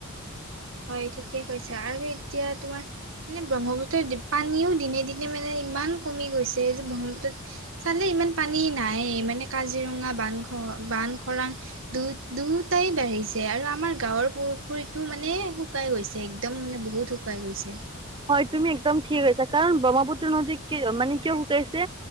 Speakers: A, on the right (about 65°); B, on the right (about 20°).
A: হয় ঠিকে কৈছা, আৰু এতিয়া তোমাৰ মানে ব্ৰহ্মপুত্ৰৰ পানীও দিনে দিনে মানে ইমান কমি গৈছে যে ব্ৰহ্মপুত্ৰত চালেই ইমান পানী নাই মানে কাজিৰঙা বান খ বান খৰাং দু দুটাই বাঢ়ি। ছে আৰু আমাৰ গাঁৱৰ পুখুৰীতটো মানে শুকাই গৈছে এক্দম মানে বহুত শুকাই গৈছে
B: হয়, তুমি একদম ঠিক আছা কাৰণ ব্ৰহ্মপুত্ৰ নদী মানে কিয় শুকাইছে